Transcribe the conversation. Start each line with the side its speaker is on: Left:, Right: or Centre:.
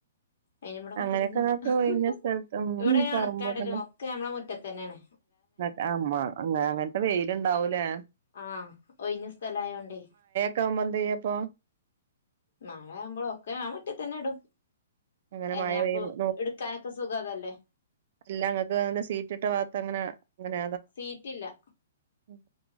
Left: അയിന്വ്ടെ മതിലൊന്നുല്ല
Right: അങ്ങനെയൊക്കെ നിങ്ങക്ക് ഒഴിഞ്ഞ
Left: ഹ്ഹ്ഹ
Right: സ്ഥലത്ത് ഉം
Left: ഇവിടെഞാ
Right: പറമ്പൊക്കെ
Left: ഒണക്കാടലും ഒക്കെ ഞമ്മള മുറ്റത്തന്നെണ്
Right: മ അ മ അങ്ങനത്തെ വെയിലുണ്ടാവൂലാ
Left: ആഹ് ഒയിഞ്ഞ സ്ഥലായോണ്ടേ
Right: കാമെന്തായാപ്പൊ
Left: മഴാവുമ്പോളൊക്കെ ഞാ മുറ്റത്തന്നെടും
Right: അങ്ങനെ
Left: എനെയാമുക്ക്
Right: മഴ പെയ്യുമ്പോ
Left: എടുക്കാനക്കെ സുഖ അതല്ലേ
Right: ല്ലാങ്ങക്ക് സീറ്റിട്ട ഭാഗത്തങ്ങനെ ങ്ങനെ
Left: സീറ്റില്ല
Right: ഉം